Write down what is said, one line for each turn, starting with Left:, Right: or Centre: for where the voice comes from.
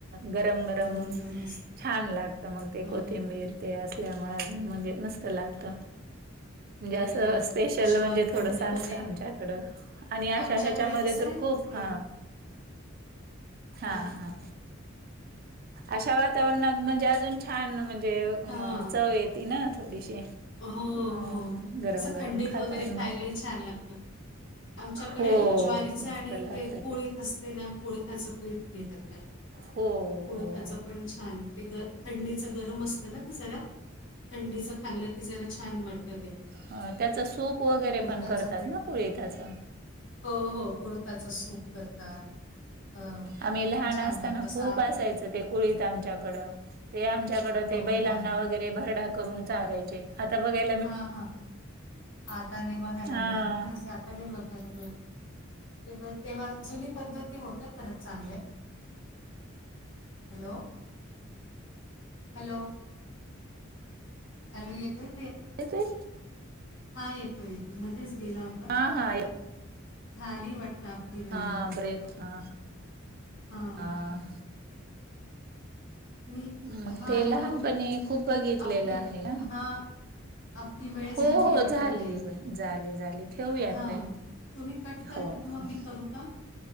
Right: गरम गरम
Left: गरम-गरम मस्त.
Right: छान लागत, मग ते
Left: हो
Right: कोथिंबीर
Left: ना.
Right: ते असल्यामुळे अजून म्हणजे मस्त लागत. म्हणजे असं
Left: अरे वाह!
Right: स्पेशल
Left: अशा
Right: म्हणजे
Left: वा
Right: थोडस
Left: थंडीमध्ये
Right: असतं आमच्याकडं, आणि अश्यायाच्यामध्ये
Left: आमच्याकडे कसं
Right: तर
Left: आहे
Right: खूप
Left: ते
Right: ह हा
Left: काय?
Right: हा अशा वातावरणात म्हणजे अजून छान म्हणजे. म्हणजे
Left: हां.
Right: चव येती ना थोडीशी.
Left: हो,
Right: हम
Left: हो.
Right: गरम
Left: असं
Right: गरम
Left: थंडीत
Right: खातात
Left: वगैरे खायलाही
Right: मग.
Left: छान लागतं. आमच्याकडे
Right: हो
Left: ज्वारीच
Right: मस्त
Left: आणि
Right: लागत
Left: ते कोळीथ असते ना कोळीथाचं पीठ घेतात त्याला,
Right: हो
Left: कोळथ्याच
Right: हो
Left: पण छान ते ग थंडीच गरम असतं ना का जरा थंडीचं खाल्लं ते जरा छान वाटतं. ते
Right: ह त्याच सूप वगैरे
Left: कोळथाचं
Right: पण करतात
Left: पीठ
Right: ना कुळींथाच
Left: हो हो कोळीथांच सूप करतात. अ,
Right: आम्ही
Left: ते
Right: लहान
Left: पण छान
Right: असताना
Left: लागतं असं
Right: खूप
Left: आ-
Right: असायच ते- कुळीत आमच्याकड ते आमच्याकड ते
Left: हो
Right: बैलांना
Left: का
Right: वगैरे भरडा, करून चालायचे आता बघाय
Left: हा हा आता नाही बघायला
Right: हा
Left: मिळत खरंच आता नाही बघायला मिळत. ते तेव्हा जुनी पद्धती होते खरंच चांगल्या. Hello hello! हॅलो येतोय
Right: येतोय.
Left: हा येतोय येतो मध्येच गेला होता.
Right: हा हा
Left: झाली वाटतं आपली वेळ,
Right: हा ब्रेक हा
Left: हां
Right: हा..
Left: मी
Right: मग
Left: हां
Right: ते
Left: हॅलो
Right: लहानपणी खूप बघितलेलं
Left: आपली
Right: आहे ह.
Left: हां आपली
Right: हो
Left: वेळ झाली
Right: हो
Left: वाटतं
Right: झाली
Left: ताई.
Right: झाले झाले. ठेऊयात्
Left: हां.
Right: ताई
Left: तुम्ही कट करा
Right: हो
Left: मग
Right: हो.
Left: मी करू का?